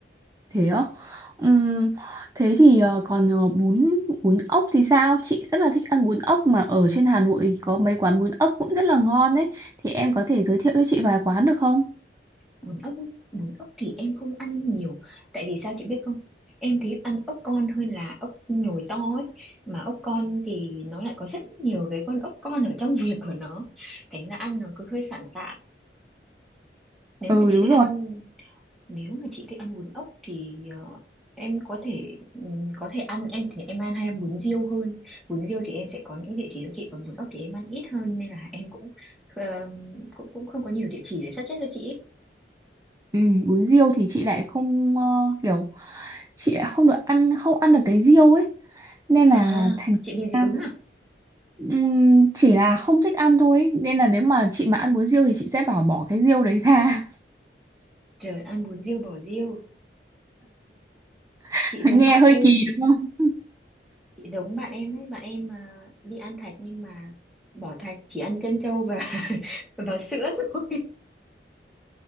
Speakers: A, on the right; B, in the centre.
A: Thế á? Ừm, thế thì ờ, còn ờ, bún bún ốc thì sao? Chị rất là thích ăn bún ốc mà ở trên Hà Nội có mấy quán bún ốc cũng rất là ngon đấy. Thì em có thể giới thiệu cho chị vài quán được không?
B: Bún ốc, ý, bún ốc thì em không ăn nhiều. Tại vì sao chị biết không? Em thấy ăn ốc con hơn là ốc nhồi to ấy. Mà ốc con thì nó lại có rất nhiều cái con ốc con ở trong <laughs> ruột của nó. Thành ra ăn nó cứ hơi sạn sạn. Nếu
A: Ừ
B: mà chị
A: đúng
B: thích
A: rồi.
B: ăn nếu mà chị thích ăn bún ốc thì ờ, em có thể ừm, có thể ăn em thì em ăn hay ăn bún riêu hơn bún riêu thì em sẽ có những cái địa chỉ đó chị còn bún ốc thì em ăn ít hơn nên là em cũng ờ, cũng cũng không có nhiều địa chỉ để suggest cho chị ý.
A: Ừ, bún riêu thì chị lại không ờ, kiểu chị lại không được ăn không ăn được cái riêu ấy nên là
B: à
A: thành
B: chị bị dị
A: ra,
B: ứng à
A: ừm, chỉ là không thích ăn thôi ấy. Nên là nếu mà chị mà ăn bún riêu thì chị sẽ bảo bỏ cái riêu đấy ra.
B: trời ăn bún riêu bỏ riêu
A: <laughs>
B: chị giống
A: Nghe
B: bạn
A: hơi
B: em
A: kỳ đúng không?
B: chị giống bạn em đấy bạn em mà đi ăn thạch nhưng mà bỏ thạch chỉ ăn trân châu và <laughs> và sữa thôi